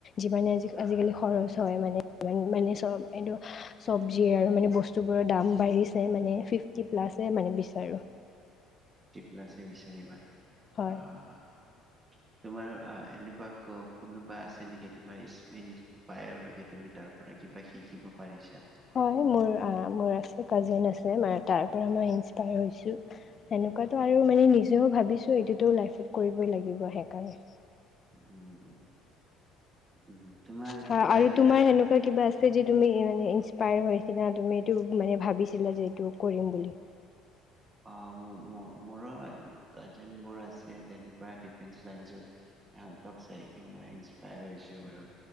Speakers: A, on the left; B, on the right.
A: যিমানে আজি
B: আহ
A: আজিকালি খৰচ হয় মানে ই মানে চব এইটো চব্জি আৰু মানে বস্তুবোৰৰ দাম বাঢ়িছে মানে ফিফটি প্লাচ মানে বেছি হয় আৰু
B: প্লাছ বিচাৰিবা অ'।
A: হয়
B: তোমাৰ এনেকুৱা কোনোবা আছে নেকি তোমাৰ ইনস্পায়াৰ হৈ তুমি তাৰ পৰা কিবা শিকিব পাৰিছা?
A: হয় মোৰ মোৰ আ কাজিন আছে তাৰ পৰা মই ইন্ছপায়াৰ হৈছো, সেনেকোৱা এটা আৰু মই নিজে ভাবিছো সেইটো নিজে লাষ্টত কৰিব লাগিব নিজে।
B: উম উম তোমাৰ
A: হয়
B: কিবা
A: আৰু
B: এনেকা
A: তোমাৰ সেনেকুৱা কিবা আছ ছে যে তুমি মানে ইনস্পায়াৰ হয় সেইদিনা তুমি এইটো মানে ভাবিছিলা যে এইটো কৰিম বুলি।
B: অ মো মো মোৰ কাজিনবোৰ আছে দেন সেনেকুৱা ডিফেন্স লাইনত আহেঁতক চাই কে মই ইনছপায়েৰ হৈছো বাৰু